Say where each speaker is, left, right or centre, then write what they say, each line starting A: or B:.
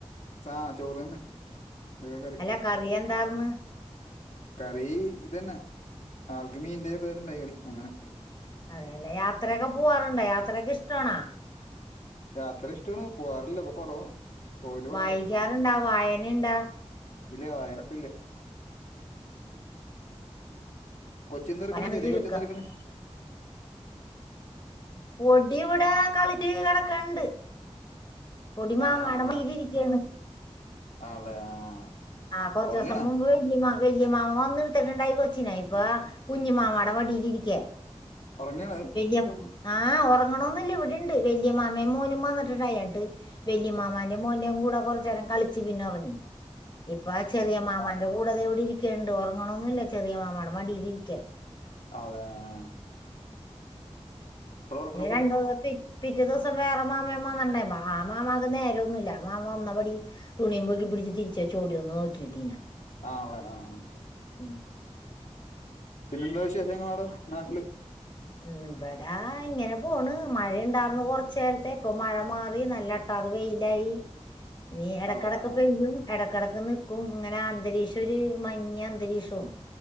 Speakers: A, on the left; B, on the left.
A: ആഹ് ചോറ് തന്നെ ഇതൊക്കെ കറി
B: അല്ല കറിയെന്താർന്ന്
A: കറി ഇത് തന്നെ ആൾക്ക് മീന്റെ ചെറുതായിട്ട് ഇണ്ടായിനി അങ്ങനെ
B: അതെയല്ലേ യാത്രയൊക്കെ പോവാറുണ്ടോ യാത്രയൊക്കെ ഇഷ്ടമാണോ
A: യാത്ര ഇഷ്ടവാണ് പോവാറില്ല പ്പൊ കൊറവാണ് പോവല് കൊറവാ
B: വായിക്കാറുണ്ടാ വായനണ്ടാ
A: ഇല്ല വായനൊട്ടില്ല കൊച്ചുന്തട്ക്ക്ണെ
B: വായന
A: ചെറിയ
B: ചുരുക്കം
A: കൊച്ചുന്തട്ക്ക്ണെ
B: പൊടി ഇവിടെ കളിച്ച് കെടക്ക്ണ്ട് പൊടി മാമാനെ
A: ആഹ്
B: മടിയിലിരിക്കാണ്
A: ആണല്ലേ ആഹ്
B: ആഹ് കൊറച്ചോസം
A: ഉറങ്ങണാ
B: മുമ്പ് ന്റെ മാ വല്ല്യ മാമൻ വന്നിടുത്തിട്ടുണ്ടായി കൊച്ചിനാ ഇപ്പൊ കുഞ്ഞി മാമാടെ മടിയിലിരിക്ക
A: ഒറങ്ങാണത്
B: ഇല്ല ആഹ് ഉറങ്ങണൊന്നുല്ല ഇവിടെണ്ട് വലിയ മാമേ മോനും വന്നിട്ടുണ്ടായിട്ട് വല്ല്യ മാമാന്റെയും മോന്റെയും കൂടെ കൊറച്ചേരം കളിച്ച് പിന്നെ ഒറങ്ങി ഇപ്പൊ ആ ചെറിയ മാമാന്റെ കൂടെ അതെ എവിടെ ഇരിക്കുണ്ട് ഉറങ്ങണൊന്നുംല്ല ചെറിയ മാമാടെ മടീൽ ഇരിക്കേ
A: ആണോ ആഹ് ഉറക്കപ്പ
B: ഈ രണ്ടു കോപ്പി പിറ്റേ ദിവസം വേറെ മാമയും വന്ന് ണ്ടായിരുന്നു ആ മാമാക്ക് നേരന്നുല്ല ആ മാമ വന്നപടി തുണിയും പൊക്കി പിടിച്ച് തിരിച്ചേ ചോടി ഒന്ന് നോക്കിട്ടീന
A: ആണോ ആഹ്
B: ഉം
A: പിന്നെ എന്താ വിശേഷങ്ങളടോ നാട്ടില്
B: ഉം ഇവടാ ഇങ്ങനെ പോണ് മഴ ഇണ്ടാർന്ന് കൊറച്ചേരത്തെ ഇപ്പൊ മഴ മാറി നല്ല ട്ടാർ വെയിലായി ഇനി ഇടക്കടക്ക്
A: ആളെ ആ
B: പെയ്യും ഇടയ്ക്കടക്ക് നിക്കും അങ്ങനെ അന്തരീക്ഷം ഒരു മഞ്ഞ അന്തരീക്ഷാണ്